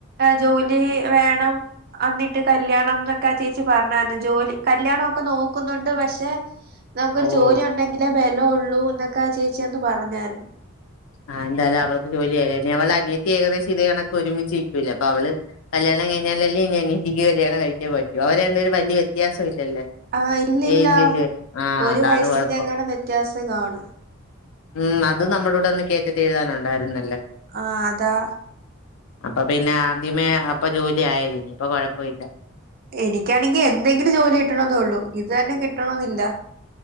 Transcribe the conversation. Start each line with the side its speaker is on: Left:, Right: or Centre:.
Right: ജോലി വേണം. അന്നിട്ട് കല്യാണം എന്നൊക്കെ ചേച്ചി പറഞ്ഞായിരുന്നു ജോലി കല്യാണക്കെ നോക്കുന്നുണ്ട് പക്ഷെ നമുക്കൊരു
Left: ഓ
Right: ജോലി ഉണ്ടെങ്കിലേ ബലം ഉള്ളൂ എന്നൊക്കെ ചേച്ചി അന്ന് പറഞ്ഞായിരുന്നു
Left: ആഹ് എന്തായാലും അവൾക്ക് ജോലിയായിലെ അവൾ അനിയത്തി ഏകദേശം ഇതേ കണക്ക് ഒരുമിച്ച് നിക്കല്ലേ അപ്പൊ അവള് കല്യാണ കഴിഞ്ഞാലല്ലേ അനിയത്തിക്ക് കല്യാണം കഴിക്കാൻ പറ്റൂ. അവർ രണ്ടുപേരും വല്യ വ്യത്യാസം- ഇല്ലല്ലേ
Right: ആഹ് ഇല്ലില്ല
Left: ഏജില് ആഹ്
Right: ഒരു
Left: അതാണ്
Right: വയസിന്റെ
Left: കുഴപ്പം
Right: എങ്ങാണ്ട് വ്യത്യാസം കാണും
Left: ഉം അത് നമ്മുടൂടെ ഒന്ന് കേറ്റെറ്റ് എഴുതാനുണ്ടായിരുന്നല്ലോ
Right: ആ അതാ
Left: അപ്പൊ പിന്നെ ആദ്യമേ അപ്പൊ ജോലി ആയാല ഇനി ഇപ്പ കൊഴപ്പല്ല
Right: എനിക്കാണെങ്കി എന്തെങ്കിലും ജോലി കിട്ടണ എന്നള്ളൂ, ഇത് തന്നെ കിട്ടണെന്നില്ല.